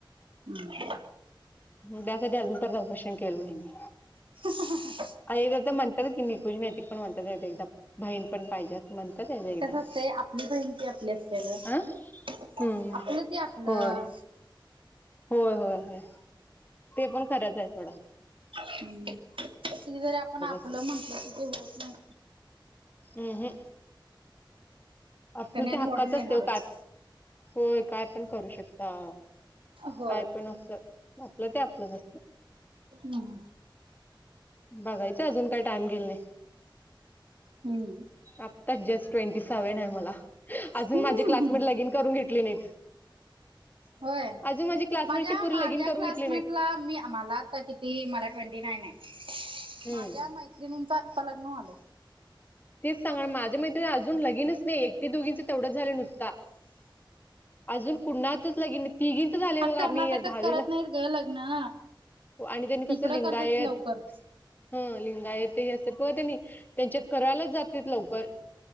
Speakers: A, on the right; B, on the left.
A: हम्म
B: त्यासाठी अजून तर ऑपरेशन केलं नाही मी
A: <unintelligible>
B: आई दादा म्हणतात की एकदा म्हणतात की नैतिक पण म्हणतात एक एकदा बहीण पण पाहिजे असं म्हणतात एकदा एकदा
A: कसं असतंय आपली बहीण ती आपली असते ग
B: हा हम्म
A: आपलं ते आपलं
B: होय होय, होय, होय ते पण खरंच आहे सोडा
A: हम्म किती जरी आपण आपलं
B: असते
A: म्हंटलं तर ते होत नाही
B: अ ह आपलं
A: त्याने आणि
B: ते हक्काच
A: ओढून
B: असते
A: येणारच
B: काय होय काय पण करू शकता
A: होय
B: काय पण अस आपलं ते आपलंच असतंय
A: ह, ह
B: बघायच अजून काय टाइम गेल नाही
A: हम्म
B: आत्ताच जस्ट ट्वेंटी सेव्हन आहे मला अजून
A: हम्म
B: माझे क्लासमेट लगीन करून घेतले नाहीत
A: होय
B: अजून माझी क्लासमेटची
A: माझ्या,
B: पोरी
A: माझ्या
B: लगीन करून
A: क्लासमेटला
B: घेतली नाहीत.
A: मी मला आता किती मला ट्वेंटी नाईन आहे
B: हम्म.
A: माझ्या मैत्रिणींचं आत्ता लग्न होयल
B: तेच सांगा माझ्या मैत्रणी अजून लगिनच नाही एकटे, दोघींच तेवढंच झाले नुसता अजून कुणाचच लगीन तिघीच झाले
A: आ
B: बघा
A: कर्नाटकात
B: मी दहावीला
A: करत नाहीत ग लग्न
B: हो आणि त्यांनी कस
A: इकडं
B: लिंगायत
A: करतात लवकर
B: हा लिंगायत ते असत तेनी त्यांच्या करालाच जात लवकर.